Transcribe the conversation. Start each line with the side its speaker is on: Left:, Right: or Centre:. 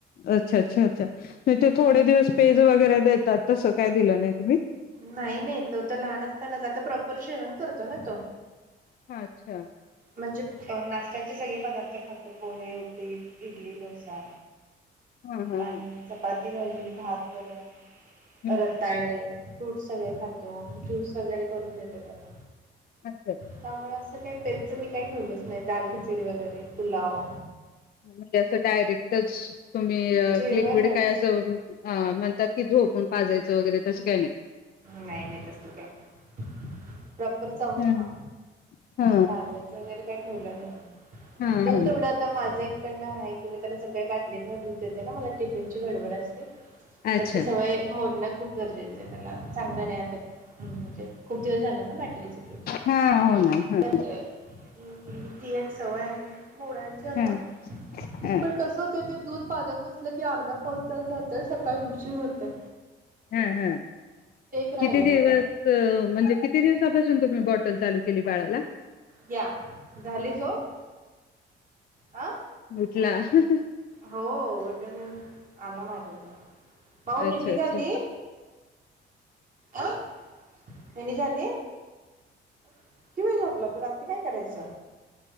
Left: अच्छा च्छा च्छा च्छा नई ते थोडे दिवस पेज वगैरे देतात तसं काय दिलं नई
Right: नाई नई तो तर लहान असतानाच आता प्रॉपर जेवण करतो ना तो
Left: हा अच्छा!
Right: म्हणजे अ नाष्ट्याचे सगळे पदार्थ खातो पोहे उपीट इडली डोसा
Left: हा हा हा हम्म
Right: आणि चपा ती रायली भात वरण
Left: हम्म.
Right: रताळे, फ्रूट सगळे खातो ज्यूस स वगैरे करून देते त्याला
Left: अच्छा
Right: त्यामुळे अस <unintelligible> तर मी काय ठेवलंच नाही दाल खिचडी वगैरे पुलाव
Left: मग म्हणली असं डायरेक्टच तुम्ही
Right: जेवणच
Left: लिक्विड काय असं अं म्हणतात की झोपून पाजायचं वगैरे तसं काय नाय
Right: नाय नाय तसलं काय नाय प्रॉपर चाऊन
Left: हा
Right: खा
Left: हा
Right: पाजायचं वगैरे काय ठेवलं नाय
Left: हा
Right: दूध तेवढ आता माझं एक न्हाय मी त्याला सकाळी बाटलीत मग दूध देताना मला टिफिन ची गडबड असते
Left: अच्छा
Right: पण ती सवय मोडणं खूप गरजेचं हायं त्याला चांगलं नाय आता म्हणजे खूप दिवस झाले ना <unintelligible>
Left: हा हो ना ह
Right: तरी अम्, ती एक सवय आहे मोडायचंय आता
Left: ह ह
Right: पण कस होतय ते दूध पाजत बस म्हटलं की अर्धा पाउन तास जा तर सकाळी उशीर होतोय
Left: हा हा
Right: राहिलंय
Left: किती दिवस?
Right: बघा
Left: म्हणजे किती दि कशापासून तुम्ही बॉटल चालू केली बाळाला?
Right: या झाली झोप आ
Left: उठला हं हं
Right: हो उठून येेऊन आला माझ्याजवळ माऊ
Left: अच्छा
Right: निन्नी
Left: अच्छा
Right: झाली आ निन्नी झाली किती वेळ झोपला तू रात्री काय करायचा